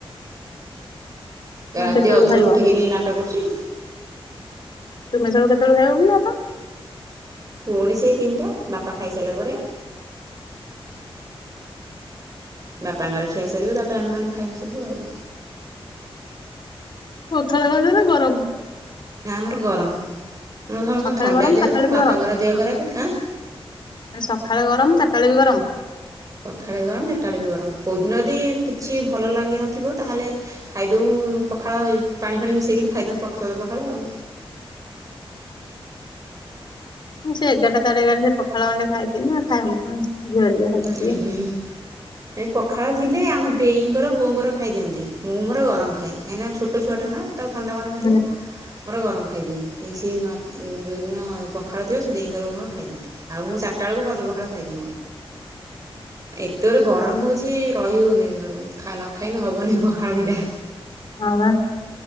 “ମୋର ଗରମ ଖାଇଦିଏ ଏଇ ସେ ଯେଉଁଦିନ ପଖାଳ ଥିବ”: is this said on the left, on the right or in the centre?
Right